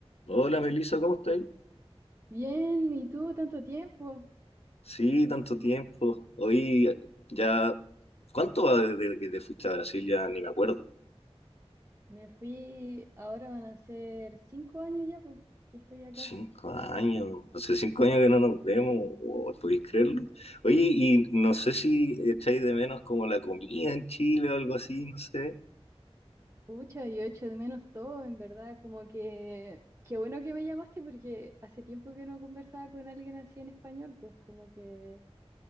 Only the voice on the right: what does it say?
Bien, ¿y tú tanto tiempo?
Me fui, ahora van a ser cinco años ya, pues, que estoy acá.
Pucha, yo echo de menos todo, en verdad, como que, qué bueno que me llamaste porque hace tiempo que no conversaba con alguien así en español, pues como que